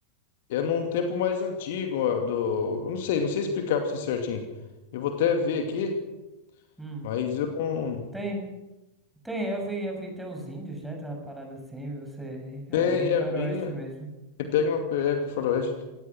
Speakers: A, on the left; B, in the centre.
A: é num tempo mais antigo, ó, do, eu não sei, não sei explicar pra você certinho. Eu vou até ver aqui,
B: Hum.
A: mas eu não.
B: Tem, tem, eu vi, eu vi, tem uns índios, né? Tem uma parada assim, você é
A: É,
B: bem
A: é
B: faroeste
A: bem. é,
B: mesmo.
A: Pega uma é, com o faroeste.